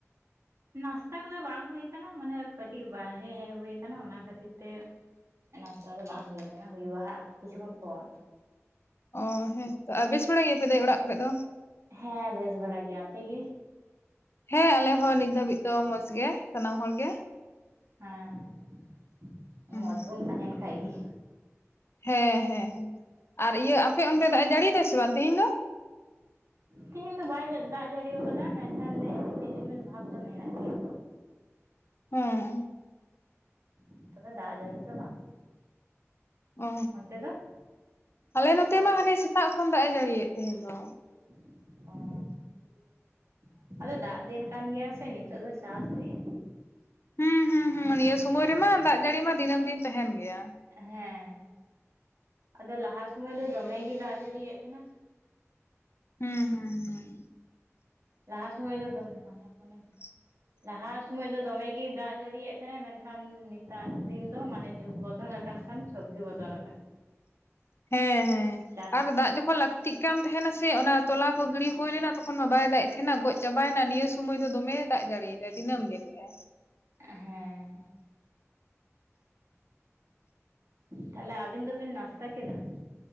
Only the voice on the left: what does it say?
ᱚ ᱦᱮᱸ ᱛᱚ ᱟᱨ ᱵᱮᱥ ᱵᱟᱲᱟ ᱜᱮᱭᱟᱯᱮ ᱫᱟᱹᱭ ᱚᱲᱟᱜ ᱠᱚᱨᱮ ᱫᱚ?
ᱦᱮᱸ ᱟᱞᱮᱦᱚ ᱱᱤᱛ ᱫᱷᱟᱹᱵᱤᱡ ᱫᱚ ᱢᱚᱸᱡᱽ ᱜᱮ ᱥᱟᱱᱟᱢ ᱦᱚᱲ ᱜᱮ᱾
ᱦᱩᱸ,
ᱦᱮᱸ ᱻᱦᱮᱸᱻ ᱟᱨ ᱤᱭᱟᱹ ᱟᱯᱮ ᱚᱱᱛᱮ ᱫᱟᱜ ᱮ ᱡᱟᱹᱲᱤ ᱫᱟᱭ ᱥᱮ ᱵᱟᱝ ᱛᱤᱦᱤᱧ ᱫᱚ?
ᱦᱩᱸ
ᱚ
ᱟᱞᱮ ᱱᱚᱛᱮ ᱢᱟ ᱦᱟᱱᱮ ᱥᱮᱛᱟᱜ ᱠᱷᱚᱱ ᱫᱟᱜ ᱮ ᱡᱟᱹᱲᱤᱭᱮᱫ ᱛᱟᱦᱮᱧ ᱫᱚ᱾
ᱦᱮᱸ ᱻᱦᱮᱸᱻ
ᱱᱤᱭᱟᱹ
ᱥᱚᱢᱚᱭ ᱨᱮᱢᱟ ᱫᱟᱜ ᱡᱟᱹᱲᱤ ᱢᱟ ᱫᱤᱱᱟᱹᱢ ᱫᱤᱱ ᱛᱟᱦᱮᱱ ᱜᱮᱭᱟ᱾
ᱦᱮᱸᱻ ᱦᱩᱸ ᱻᱦᱮᱸᱻ
<unintelligible>
ᱦᱮᱸᱻᱦᱮᱸᱻ
ᱟᱨ ᱫᱟᱜ ᱡᱚᱠᱷᱚᱱ ᱞᱟᱹᱠᱛᱤ ᱠᱟᱱ ᱛᱟᱦᱮᱱᱟ ᱥᱮ ᱚᱱᱟ ᱛᱚᱞᱟ ᱠᱚ ᱜᱤᱲᱤ ᱦᱩᱭ ᱞᱮᱱᱟ ᱛᱚᱠᱷᱚᱱ ᱢᱟ ᱵᱟᱭ ᱫᱟᱜ ᱮ ᱛᱟᱦᱮᱱᱟ ᱜᱚᱡ ᱪᱟᱵᱟᱭ ᱮᱱᱟ ᱱᱤᱭᱟᱹ ᱥᱚᱢᱚᱭ ᱫᱚᱢᱮ ᱫᱟᱜ ᱮ ᱡᱟᱹᱲᱤ ᱮᱫᱟᱭ ᱫᱤᱱᱟᱹᱢ ᱫᱤᱱ ᱜᱮ᱾